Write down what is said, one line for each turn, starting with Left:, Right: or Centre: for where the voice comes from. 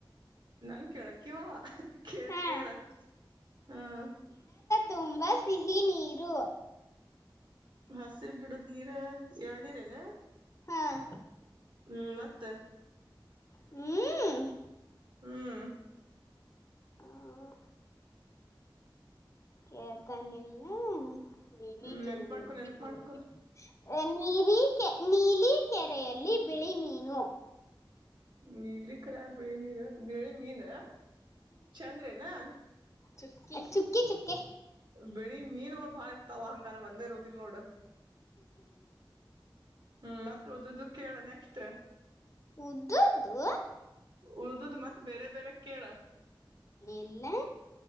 Right: ನನ್ ಕೆಳಕು, ಕಿಯೋ? <inaudible> ಕೆ,
Left: ಹಾ
Right: ಕೇಳು ಹ್ಮ. <unintelligible>
Left: ತುಂಬಾ, ಸಿಹಿ, ನೀರು. <inaudible>
Right: ಹಸಿರು, ಗಿಡದ ನೀರು, ಎಳೆನೀರು ಏನೂ? <inaudible>
Left: ಹಾ.. <inaudible>
Right: ಊ ಮತ್ತ
Left: ಹ್ಮ್
Right: ಹ್ಮ್
Left: ಹ್ಮ ಕೇಳ್ತಾನಿಲ್ಲ. ನೀಲಿ
Right: ಹ್ಮ್
Left: ಕೆ
Right: ನೆನ್ಪ
Left: ನೀಲಿ
Right: ಮಾಡ್ಕೊ ನೆನ್ಪ
Left: ಕೆ
Right: ಮಾಡ್ಕೊ
Left: ಏ ನೀರಿಕೆ ನೀಲಿ ಕೆರೆಯಲ್ಲಿ ಬಿಳಿ ಮೀನು?
Right: ನೀಲಿ ಕೆರೆಯಾಗ್ ಬೆಳಿ ನೀರ ಬಿಳಿ ಮೀನ ಚಂದ್ರೆನಾ?
Left: ಚ ಚುಕ್ಕಿ ಚುಕ್ಕೆ
Right: ಬೆಳಿ ಮೀನ್ಗಳು ಬಾಳ ಇರ್ತಾವ ಹಂಗಾರ ಒಂದೇ ಇರೋದಿಲ್ ನೋಡ್. ಹ್ಮ್ ಮತ್ತ ಓದುದು ಕೇಳ ನೆಕ್ಸ್ಟ್
Left: ಉದ್ದದ್ದು
Right: ಉಳ್ದುದು ಮತ್ ಬೇರೆ ಬೇರೆ ಕೇಳ್
Left: ಎಲ್ಲ